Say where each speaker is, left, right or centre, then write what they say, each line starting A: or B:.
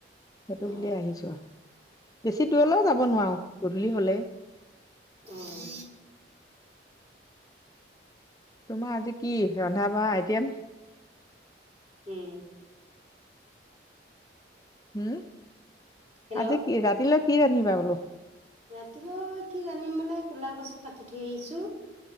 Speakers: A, on the left; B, on the right.
A: সেইটো
B: অ
A: বুলিয়েই আহিছো। বেছি দূৰলৈও যাব নোৱাৰো, গধূলি হলে।
B: উম।
A: তোমাৰ আজি কি ৰন্ধা বঢ়া আইটেম?
B: উম।
A: হুম?
B: হেল্ল'
A: আজি কি ৰাতিলৈ কি ৰান্ধিবা বোলো?
B: ৰাতিলৈ কি ৰান্ধিম মানে কোলা কচু কাটি থৈ আহিছো।